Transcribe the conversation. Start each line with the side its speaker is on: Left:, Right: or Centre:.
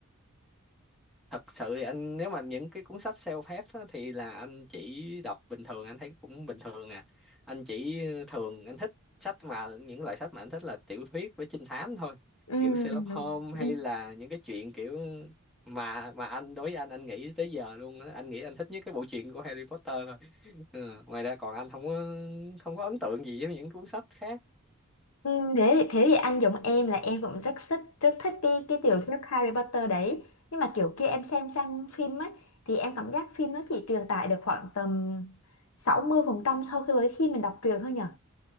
Centre: thật sự thì anh nếu mà những cái cuốn sách self-help á, thì là anh chỉ đọc bình thường anh thấy cũng bình thường à anh chỉ ờ, thường anh thích sách mà những loại sách mà anh thích là tiểu thuyết với trinh thám thôi
Left: ừ
Centre: kiểu Sherlock Holmes
Left: ừ
Centre: hay là những cái chuyện kiểu mà mà anh đối với anh anh nghĩ tới giờ luôn á anh nghĩ anh thích nhất cái bộ truyện của Harry Potter thôi ừ. ngoài ra còn anh không có không có ấn tượng gì với những cuốn sách khác
Left: ừ, thế thì, thế thì anh giống em là em cũng rất thích rất thích cái cái tiểu thuyết Harry Potter đấy nhưng mà kiểu kia em xem sang phim ấy thì em cảm giác phim nó chỉ truyền tải được khoảng tầm 60 phần trăm sau khi với khi mình đọc truyện thôi nhở